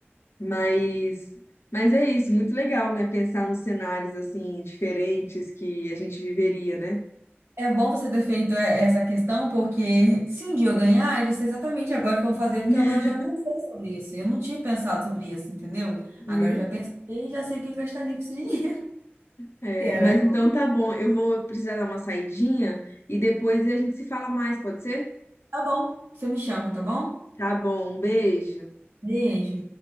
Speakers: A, on the left; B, on the right.
A: Mas, mas é isso, muito legal, né? Pensar nos cenários assim diferentes que a gente viveria, né?
B: É bom você ter feito e- essa questão, porque se um dia eu ganhar, eu já sei exatamente agora o que eu vou fazer,
A: <laughs>
B: porque agora eu já pensei sobre isso. Eu não tinha pensado sobre isso, entendeu? Agora
A: Viu?
B: eu já pensei e já sei o que eu gastaria com esse dinheiro. <laughs>
A: É,
B: Era.
A: mas então tá bom, eu vou precisar dar uma saidinha e depois a gente se fala mais, pode ser?
B: Tá bom, você me chama, tá bom?
A: Tá bom, um beijo.
B: Beijo.